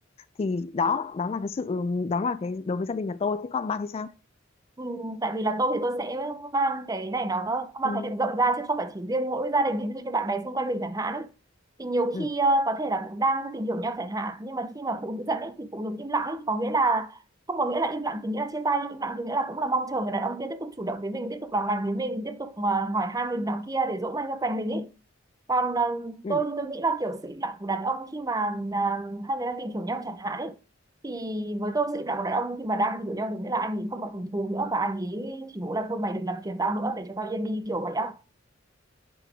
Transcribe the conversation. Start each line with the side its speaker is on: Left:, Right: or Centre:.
Left: thì đó đó là cái sự đó là cái đối với gia đình nhà tôi thế còn bà thì sao
Right: Ừ, tại vì là tôi thì tôi sẽ mang cái này nó nó mang
Left: ừ
Right: khái niệm rộng ra chứ không phải chỉ riêng mỗi gia đình ví dụ như bạn bè xung quanh mình chẳng hạn ấy thì nhiều
Left: ừ
Right: khi ờ, có thể là cũng đang tìm hiểu nhau chẳng hạn nhưng mà khi mà phụ nữ giận ấy thì phụ nữ im lặng ấy có nghĩa là không có nghĩa là im lặng thì nghĩa là chia tay im lặng thì nghĩa là cũng là mong chờ người đàn ông kia tiếp tục chủ động với mình tiếp tục làm lành với mình tiếp tục mà hỏi han mình nọ kia để dỗ dành cho dành mình ấy còn à,
Left: ừ
Right: tôi tôi nghĩ là kiểu sự im lặng của đàn ông khi mà à, hai người đang tìm hiểu nhau chẳng hạn ấy thì với tôi sự im lặng của đàn ông khi mà đang tìm hiểu nhau thì nghĩa là anh ấy không còn hứng thú nữa và anh ấy chỉ muốn là thôi mày đừng làm phiền tao nữa để cho tao yên đi kiểu vậy á